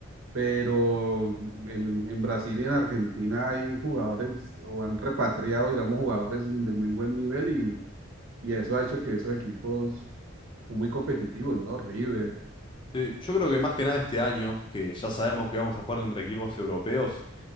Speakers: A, on the right; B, on the left.
A: Pero en, en Brasil y en Argentina hay jugadores o han repatriado, digamos, jugadores de muy buen nivel y, y eso ha hecho que esos equipos son muy competitivos, ¿no? River,
B: Sí, yo creo que más que nada este año, que ya sabemos que vamos a jugar contra equipos europeos.